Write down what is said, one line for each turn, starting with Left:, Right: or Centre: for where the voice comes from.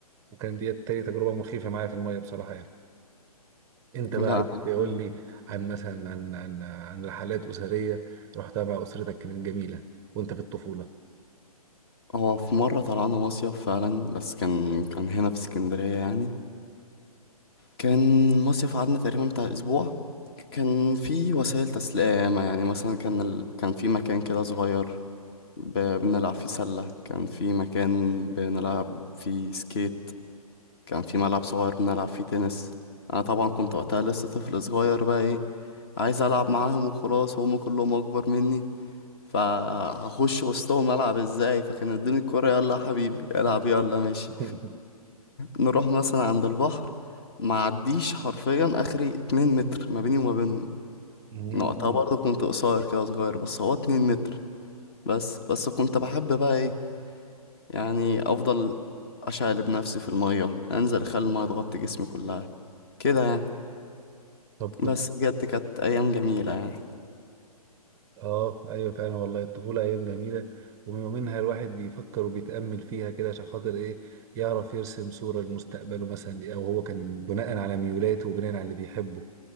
Right: وكان دي تاني تجربه مخيفه معايا في الميه بصراحه يعني انت بقى
Left: لا
Right: عايز تقول
Left: أنا-
Right: لي عن مثلا عن عن عن رحلات اسريه رحتها مع اسرتك كانت جميله وانت في الطفوله
Left: هو في مرة طلعنا مصيف فعلا بس كان كان هنا في اسكندرية يعني كان مصيف قعدنا تقريبا بتاع اسبوع كان في وسائل تسلية ياما يعني مثلا كان ال... كان في مكان كده صغير ب... بنلعب فيه سلة كان في مكان بنلعب فيه سكيت كان في ملعب صغير بنلعب فيه تنس انا طبعا كنت وقتها لسه طفل صغير بقى ايه عايز العب معاهم وخلاص وهم كلهم اكبر مني فهخش وسطهم العب ازاي فكان ادوني الكرة يلا يا حبيبي العب يلا ماشي
Right: <laughs>
Left: نروح مثلا عند البحر معديش حرفيا اخري 2 متر ما بيني وما بينهم
Right: مم.
Left: أنا وقتها برضه كنت قصير كده صغير بس هو 2 متر بس بس كنت بحب بقى ايه يعني افضل اشقلب نفسي في المية انزل اخلي المية تغطي جسمي كلها كده يعني
Right: طب كنت
Left: بس بجد كانت أيام جميلة يعني
Right: اه ايوه فعلا والله الطفوله ايام جميله ومنها الواحد بيفكر وبيتامل فيها كده عشان خاطر ايه يعرف يرسم صوره لمستقبله مثلا او هو كان بناء على ميولاته وبناء على اللي بيحبه